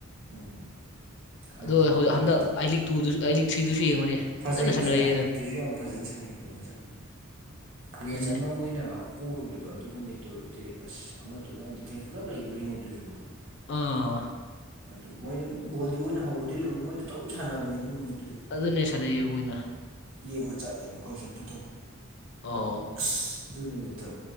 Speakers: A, on the right (about 65°); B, on the left (about 55°).
A: ꯎꯝ ꯈꯪꯉꯦ
B: ꯑꯗꯣ
A: ꯈꯪꯉꯦ
B: ꯍꯟꯗꯛ
A: ꯌꯦꯡꯉꯦ
B: ꯑꯥꯏ
A: ꯑꯩꯈꯣꯏꯁꯨ
B: ꯂꯤꯛ ꯇꯨꯗꯨꯁꯨ ꯑꯥꯏ ꯂꯤꯛ ꯊ꯭ꯔꯤꯗꯨꯁꯨ ꯌꯦꯡꯉꯨꯅꯦ
A: ꯐꯖꯩ
B: ꯐꯖꯅ
A: ꯐꯖꯩ
B: ꯁꯥꯟꯅꯩꯌꯦꯗ
A: ꯑꯥꯏ ꯂꯤꯛꯇꯨꯁꯨ ꯌꯥꯝ ꯐꯖꯅ ꯁꯥꯟꯅꯩ ꯐꯖꯅ ꯁꯥꯟꯅꯩ ꯃꯦꯠꯆ
B: ꯑꯗꯨꯅꯦ
A: ꯑꯃ ꯃꯣꯏꯅ ꯄꯣꯛꯈꯤꯕꯗꯣ ꯑꯗꯨ ꯅꯨꯃꯤꯠꯇꯨꯗꯤ ꯑꯁ ꯑꯃꯗꯨꯅ ꯗꯤꯐꯦꯟꯁ ꯄꯨꯂꯞ ꯂꯩꯈꯤꯕꯩꯅꯤ ꯑꯗꯨꯁꯨ
B: ꯑꯥ
A: ꯑꯗꯨ ꯃꯣꯏꯅ ꯑꯗꯨ ꯕꯣꯜꯗꯤ ꯃꯣꯏꯅ ꯍꯧꯕꯗꯩ ꯂꯣꯏꯕꯧ ꯃꯣꯏꯅ ꯑꯗꯨꯝ ꯁꯥꯟꯅꯕꯅꯦ ꯑꯗꯨ ꯅꯨꯃꯤꯠꯇꯨꯁꯨ
B: ꯑꯗꯨꯅꯦ ꯁꯥꯟꯅꯩꯌꯦꯕ ꯃꯣꯏꯅ
A: ꯌꯦꯡꯕ ꯆꯠꯂꯦꯕ ꯑꯩꯈꯣꯏꯁꯨ ꯑꯗꯨꯗꯣ
B: ꯑꯣ
A: ꯑꯁ ꯑꯗꯨ ꯅꯨꯃꯤꯠꯇꯣ